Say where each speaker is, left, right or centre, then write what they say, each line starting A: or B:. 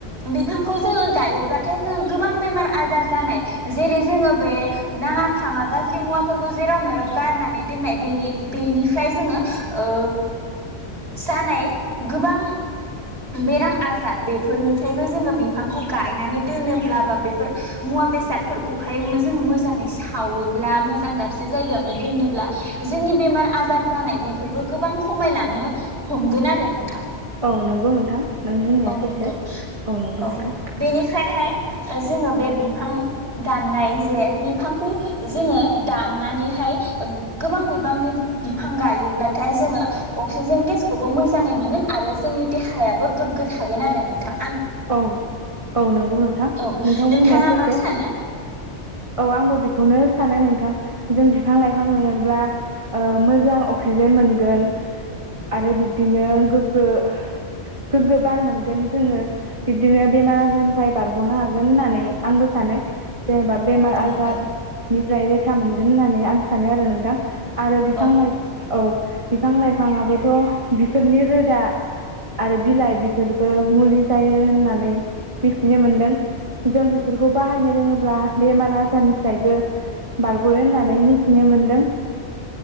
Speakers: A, on the right; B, on the right.
A: बिफांखौ जोङो गायोब्ला। नाथाय जोङो गोबां बेमार आजार जानाय जेरै जोङो बे नाङा फाङा गाज्रि मुवाफोरखौ जेराव मेराव गारनानै दोननाय बेनि बेनिफ्राय जोङो ओ जानाय गोबां बेराम आजार बेफोरनिफ्रायबो जोङो। बिफांखौ गायनानै दोनोब्ला बा बेफोर मुवा बेसादफोरखौहाय जोङो मोजाङै सावोब्ला मोजां दाबसे जायगायावनो दोनोब्ला जोंनि बेमार आजार जानाय बेफोरबो गोबां खमायलांनो। हमगोन आरो नोंथां।
B: औ नंगौ नोंथां। नों बुंनाया
A: औ नंगौ
B: सैथो नंगौ
A: औ
B: नोंथां
A: बेनिफ्रायहाय जोङो बे बिफां दानाय जे बिफांखौ जोंयो दाननानै हाय गोबां बिबांनि बिफां गायोब्लाथाय जोंङो अगजिसेन गेसखौबी मोजांयै मोनगोन आरो जोंनि देहायाबो गोगो थागोन आरो नोंथां
B: औ औ नंगौ नोंथां
A: औ
B: नोंथां
A: नोंथाङा
B: बुंनाया सैथो
A: मा सानो
B: औ आंबो बेखौनो सानो नोंथां जों बिफां लाइफां मोनोब्ला मोजां अक्सिजेन मोनगोन आरो बिब्दिनो गोग्गो गोगो बार मोनगोन जोङो। बिदिनो बेमार आजारनिफ्राय बारगनो हागोन होननानै आंबो सानो जेनेबा बेमार
A: औ
B: आजारनिफ्राय
A: नंगौ
B: रैखा मोनगोन होननानै आं सानो आरो नोंथां आरो बिफां
A: औ
B: लाइफां औ बिफां लाइफांङाबोथ बेफोरनि रोदा आरो बिलाइ बेफोर बो मुलि जायो होननानै मिथिनो मोनदों जों बेफोरखौ बाहायनो रोङोब्ला बेमार आजारनिफ्रायबो बारगयो होननानै मिथिनो मोनदों।